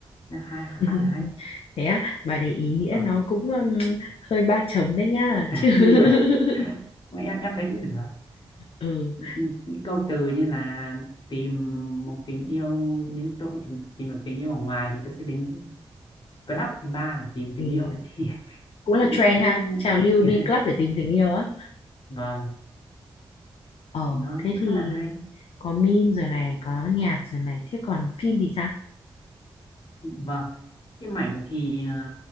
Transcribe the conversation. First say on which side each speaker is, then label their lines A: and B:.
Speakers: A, on the left; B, on the left.
A: nó hay
B: <laughs>
A: khá là hay
B: thế á bài đấy ý nghĩa
A: vâng
B: nó cũng um, hơi ba chấm đấy nha
A: <laughs>
B: chứ
A: nhưng
B: <laughs>
A: mà mà em em thấy cũng được
B: ừ,
A: những câu từ như là tìm một tình yêu nếu tôi không tìm, tìm được tình yêu ở ngoài thì tôi sẽ đến club thứ ba để tìm
B: ừ.
A: tình yêu ấy thì <laughs>
B: cũng là
A: cũng
B: trend
A: ờ,
B: ha trào lưu
A: <laughs>
B: đi club
A: cũng
B: để tìm tình yêu á
A: vâng
B: ờ
A: thì nó
B: thế
A: cũng
B: thì
A: khá là hay
B: có meme rồi này có nhạc rồi này thế còn phim thì sao
A: vâng cái mảnh thì ờ,